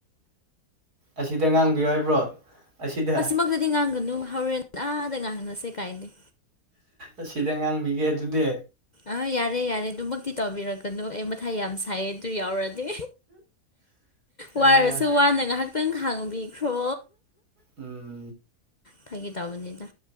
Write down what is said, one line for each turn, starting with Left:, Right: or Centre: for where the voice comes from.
Right: ꯑꯁꯤꯗ ꯉꯥꯡꯕꯤꯌꯨ ꯍꯥꯏꯕ꯭ꯔꯣ ꯑꯁꯤꯗ
Left: ꯃꯛꯇꯗꯤ ꯉꯥꯡꯒꯅꯨ ꯍꯧꯔꯦꯟ ꯇꯥꯗ ꯉꯥꯡꯅꯁꯦ ꯀꯥꯏꯗꯦ
Right: ꯑꯁꯤꯗ ꯉꯥꯡꯕꯤꯒꯦ ꯑꯗꯨꯗꯤ
Left: ꯑꯥ ꯌꯥꯔꯦ ꯌꯥꯔꯦ ꯑꯗꯨꯃꯛꯇꯤ ꯇꯧꯕꯤꯔꯛꯀꯅꯨ ꯑꯩ ꯃꯊꯥ ꯌꯥꯝ ꯁꯥꯏꯌꯦ ꯑꯗꯨ ꯌꯥꯎꯔꯗꯤ ꯋꯥꯔꯁꯨ
Right: ꯑꯥ
Left: ꯋꯥꯅ ꯉꯥꯏꯍꯥꯛꯇꯪ ꯈꯥꯡꯕꯤꯈ꯭ꯔꯣ
Right: ꯎꯝ
Left: ꯐꯥꯒꯤ ꯇꯧꯕꯅꯤꯗ